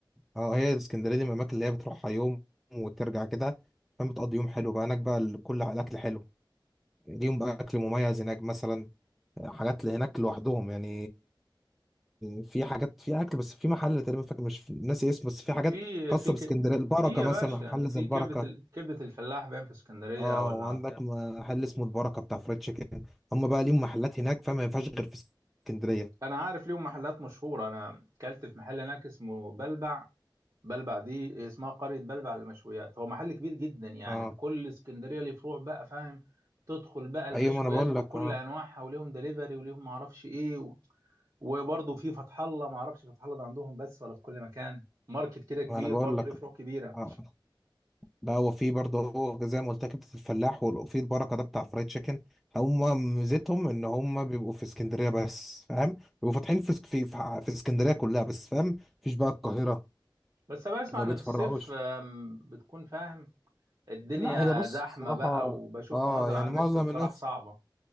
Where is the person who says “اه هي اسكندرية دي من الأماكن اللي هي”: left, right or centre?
Centre